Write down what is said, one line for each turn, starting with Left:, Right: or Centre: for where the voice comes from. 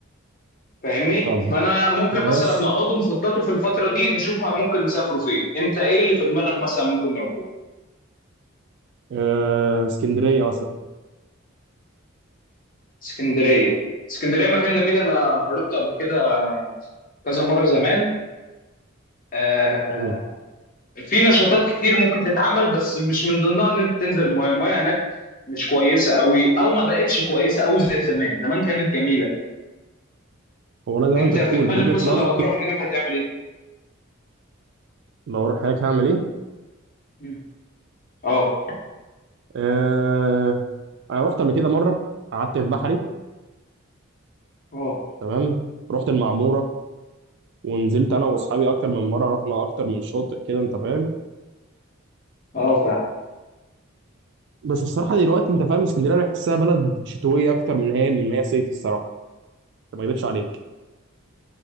Left: فاهمني
Right: طب
Left: فانا ممكن
Right: ماشي
Left: مثلا نقعدوا نخططوا في الفتره دي نشوفها ممكن نسافروا فين انت ايه اللي في دماغك مثلا ممكن نروحوه
Right: آه، اسكندريه مثلا
Left: اسكندريه اسكندريه مكان جميل انا رحت قبل كده كذا مره زمان آه
Right: مهم.
Left: في نشاطات كتير ممكن تتعمل بس مش من ضمنها ان انت تنزل المايه المايه هناك مش كويسه قوي او ما بقتش كويسه قوي زي زمان زمان كانت جميله
Right: هو لا زي ما
Left: انت
Right: انت بتقول
Left: في دماغك
Right: من وجهه
Left: مثلا
Right: نظر
Left: لو هتروح هناك هتعمل ايه؟
Right: لو اروح هناك هعمل ايه
Left: مم. اه
Right: أه انا رحت قبل كده مره قعدت في بحري
Left: اه
Right: تمام رحت المعموره ونزلت انا واصحابي اكتر من مره رحنا اكتر من شاطئ كده انت فاهم
Left: اه فعلا
Right: بس الصراحه دلوقتي انت فاهم اسكندريه أنا بحسها بلد شتويه اكتر من هي من هي صيف الصراحه طب ما اكذبش عليك